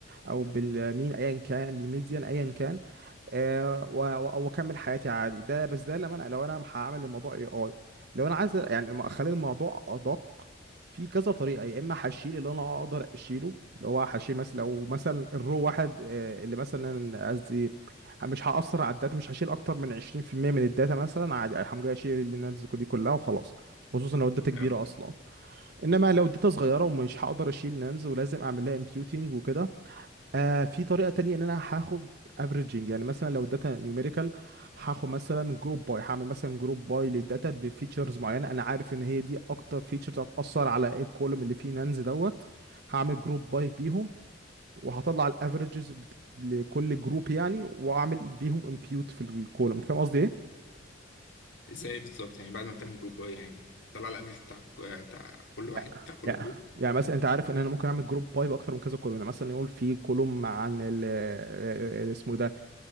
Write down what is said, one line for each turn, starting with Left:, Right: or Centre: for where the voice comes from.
Right: او بالمين ايا كان بالميديان ايا كان آه، و- و- واكمل حياتي عادي ده بس ده لما انا لو انا هعمل الموضوع اي اي لو انا عايز يعني ما اخلي الموضوع ادق في كذا طريقه يا اما هشيل اللي انا اقدر اشيله اللي هو هشيل مثلا لو مثلا الرو واحد آه، اللي مثلا قصدي مش هاثر على الداتا مش هشيل اكتر من 20% من الداتا مثلا عادي الحمد لله اشيل النانز دي كلها وخلاص خصوصا لو الداتا كبيره
Left: اه
Right: اصلا انما لو الداتا صغيره ومش هقدر اشيل نانز ولازم اعمل لها امبيوتنج وكده، آه في طريقة تانية ان انا هاخد افريجنج يعني مثلا لو الداتا نيوميريكال هاخد مثلا جروب باي هعمل مثلا جروب باي للداتا بفيتشرز معينة انا عارف ان هي دي اكتر فيتشرز هتأثر على الكولوم اللي فيه نانز دوت هعمل جروب باي بيهم وهطلع الافريجز بت... لكل جروب يعني واعمل بيهم امبيوت في الكولوم انت فاهم قصدي ايه؟
Left: ازاي بالظبط يعني بعد ما بتعمل جروب بقى يعني بتطلع الافرج بتاع آه، بتاع كل واحد
Right: يا-
Left: بتاع كل
Right: يا-
Left: جروب
Right: يعني مثلا انت عارف ان انا ممكن اعمل جروب باي باكتر من كذا كولوم يعني مثلا يقول في كولوم عن ال ال- اسمه ده